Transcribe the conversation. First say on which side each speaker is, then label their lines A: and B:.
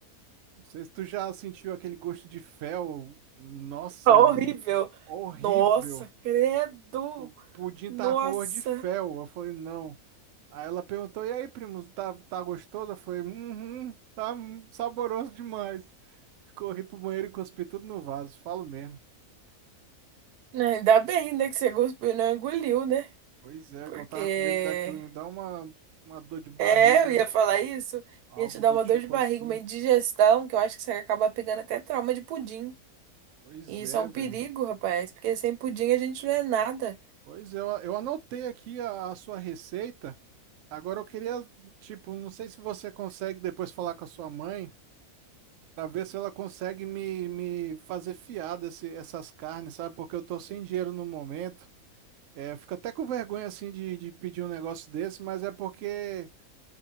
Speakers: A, on the right; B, on the right.
A: Não sei se tu já sentiu aquele gosto de fel. Nossa,
B: Horrível.
A: mano. Horrível.
B: Nossa, credo.
A: O pudim
B: Nossa.
A: tava com gosto de fel. Eu falei, não. Aí ela perguntou, e aí, primo, tá, tá gostoso? Eu falei, uhum, tá mu- saboroso demais. Corri pro banheiro e cuspi tudo no vaso, falo mesmo.
B: Não, Ainda bem, né, que você cuspiu e não engoliu, né?
A: Pois é,
B: Porque...
A: eu tava com medo daquilo me dar uma, uma dor de barriga,
B: É, eu ia falar isso.
A: algo
B: Ia te dar
A: do
B: uma
A: tipo
B: dor de barriga,
A: assim.
B: uma indigestão, que eu acho que você acaba pegando até trauma de pudim.
A: Pois
B: E isso
A: é,
B: é um
A: velho.
B: perigo, rapaz. Porque sem pudim a gente não é nada.
A: Pois é, eu, eu anotei aqui a a sua receita. Agora eu queria, tipo, não sei se você consegue depois falar com a sua mãe para ver se ela consegue me, me fazer fiar desse, essas carnes, sabe? Porque eu tô sem dinheiro no momento. É, eu fico até com vergonha assim de, de pedir um negócio desse, mas é porque